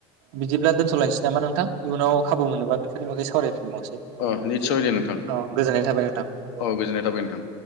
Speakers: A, on the right (about 70°); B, on the left (about 85°).
A: बिदिब्ला दोनथ'लायनोसै नामा नोंथां, इयुनाव खाबु मोनोबा बेफोरनिागै सावरायफिनबावनोसै। औ
B: अ निस्सय दे नोंथां
A: गोजोननाय थाबाय नोंथां।
B: औ गोजोननाय थाबाय नोंथां।